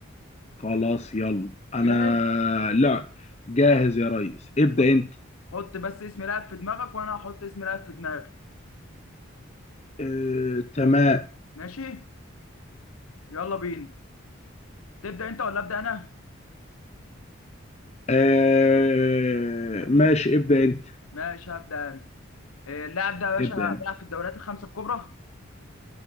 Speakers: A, on the left; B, on the left.
A: خلاص يلا انا
B: جاهز
A: لا جاهز يا ريس ابدأ
B: حط
A: انت
B: حط بس اسم لاعب في دماغك وانا هحط اسم لاعب في دماغي
A: آه تمام
B: ماشي يلا بينا تبدا انت ولا ابدا انا
A: آه
B: خليك
A: ماشي ابدأ انت
B: ماشي هبدا انا آه، اللاعب ده يا باشا
A: ابدأ انت
B: بيلعب في الدوريات الخمسه الكبرى